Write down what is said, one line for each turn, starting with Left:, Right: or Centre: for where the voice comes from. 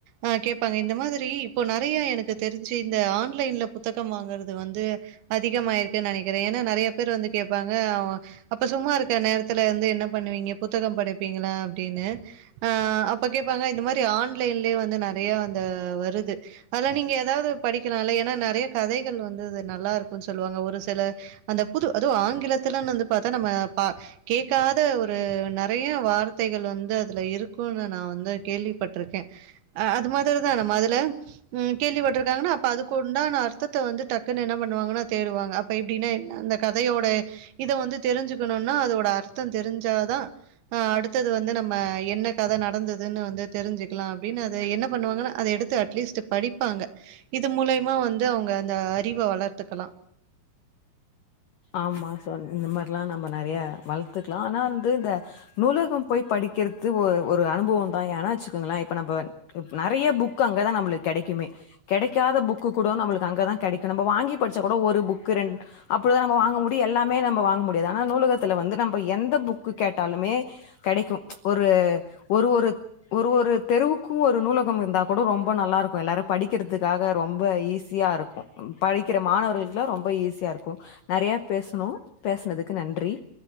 Right: அ கேப்பாங்க இந்த மாதுரி இப்போ நறைய எனக்கு தெரிஞ்சு இந்த ஆன்லைன்ல புத்தகம் வாங்கற்து வந்து அதிகம் ஆயிர்க்குன் நெனக்கிறே ஏன்னா நறைய பேர் வந்து கேப்பாங்க அவுங்க அப்ப சும்மா இருக்க நேரத்துல வந்து என்ன பண்ணுவீங்க புத்தக படிப் பீங்ளா அப்டின்னு அ அப்ப கேப்பாங்க இத் மரி ஆன்லைன்லே வந்து நறையா அந்த வருது அதலா நீங்க எதாவ்து படிக்கிலால்ல ஏன்னா நறைய கதைகள் வந்து இது நல்லாருக்குன் சொல்வாங்க ஒரு செல அந்த புது அதுவு ஆங்கிலத்துலன் வந்து பாத்தா நம்ம பா கேக்காத ஒரு நறைய வார்த்தைகள் வந்து அதுல இருக்குனு நா வந் கேள்விப்பட்ருக்கே அ அது மாதுரிதா நம்ம அதுல ம் கேள்விப்பட்ருக்காங்னா அப்ப அதுக்கு உண்டான அர் தூத்த வந்து டக்குன் என்ன பண்ணுவாங்கன்னா தேடுவாங்க அப்ப எப்டின்னே அந்த கதையோட இத வந்து தெரிஞ்சுக்கணுன்னா அதோட அர்த்தந் தெரிஞ்சாதா அ அடுத்தது வந்து நம்ம என்ன கத நடந்தது துன்னு வந்து தெரிஞ்சுக்லா அப்டின் அத என்ன பண்ணுவாங்குனா அத எடுத்து அட்லீஸ்ட்டு படிப்பாங்க இது மூலய்மா வந்து அவ்ங்க அந்த அறிவ வளர்த்துக்கலா
Left: ஆமா சொன் இந்த மார்லா நம்ம நறைய வளத்துக்லா ஆனா வந்து த நூலகம் போய் படிக்கற்து ஒ ஒரு அனுபவந்தா ஏனா அச்சுக்கோங்ள இப்ப நம்ப நறைய ஃபுக் அங்கதா நம்ப்ளுக் கெடைக்குமே கெடைக்காத ஃபுக்கு கூட நம்முளுக்கு அங்கதா கெடக்கு நம்ப வாங்கி பட்ச்சா கூட ஒரு ஃபுக்கு ரெண்ட் அப்புடிதா நம்ப வாங்க முடி எல்லாமே நம்ப வாங் முடியாது ஆனா நூலகத்துல வந்து நம்ப எந்த ஃபுக்கு கேட்டாலுமே கெடைக்கு ஒரு ஒரு ஒரு ஒரு ஒரு தெருவு கு ஒரு நூலகம் இருந்தா கூட ரொம்ப நல்லாருக்கு எல்லாரு படிக்கிறதுக்காக ரொம்ப ஈஸியா இருக்கு படிக்கிற மாணவர்குல்லா ரொம்ப ஈஸியா இருக்கு நறைய பேசுணு பேசுனதுக்கு நன்றி